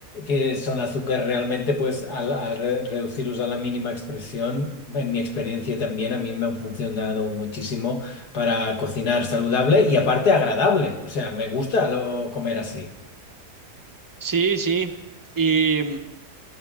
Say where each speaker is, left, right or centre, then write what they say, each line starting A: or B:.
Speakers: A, on the left (about 75°); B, on the right (about 20°).
A: que son azúcar realmente, pues al, al re- reducirlos a la mínima expresión, en mi experiencia también, a mí me han funcionado muchísimo para cocinar saludable y aparte agradable. O sea, me gusta lo, comer así.
B: Sí, sí. y